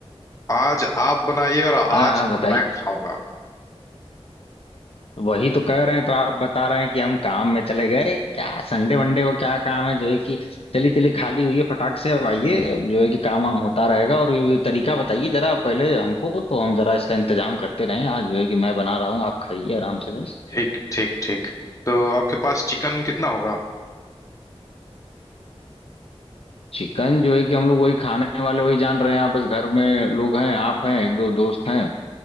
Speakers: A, on the left (about 30°); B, on the left (about 65°).
A: आज आप बनाइए और आज
B: हाँ हाँ बताइए
A: मैं खाऊंगा
B: वही तो कह रहे हैं तो आप बता रहे हैं कि हम काम में चले गए अरे क्या संडे वनडे को क्या काम है जो है कि चली चली खाली हुई है फटाक से अब आइए अब जो है कि काम वाम होता रहेगा और ये तरीका बताइए जरा पहले हमको तो हम जरा इसका इंतजाम करते रहें आज जो है कि मैं बना रहा हूँ आप खाइए आराम से बस
A: ठीक ठीक ठीक तो आपके पास चिकन कितना होगा
B: चिकन जो है कि हम लोग वही खाने वाले वही जान रहे हैं आप बस घर में लोग हैं आप हैं एक दो दोस्त हैं